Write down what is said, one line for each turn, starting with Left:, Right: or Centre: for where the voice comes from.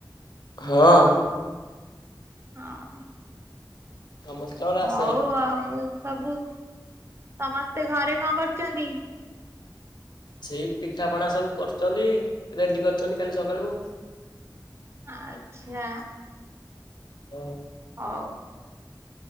Left: ହଁ।
Right: ହଁ।
Left: ସମସ୍ତଙ୍କର
Right: ହଉ
Left: ଆଶୀର୍ବାଦ।
Right: ଆଉ ସବୁ ସମସ୍ତେ ଘରେ କଣ କରୁଛନ୍ତି?
Left: ସେଇ ପିଠାପଣା ସବୁ କରୁଛନ୍ତି ରେଡି କରିଛନ୍ତି କାଲି ସକାଳକୁ।
Right: ଆଚ୍ଛା।
Left: ହ <inaudible>
Right: ହଉ।